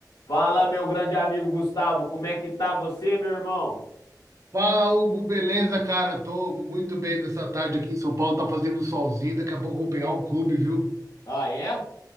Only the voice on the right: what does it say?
Fala, Hugo, beleza, cara? Tô muito bem nessa tarde aqui em São Paulo, tá fazendo um solzinho, daqui a pouco eu vou pegar um clube, viu?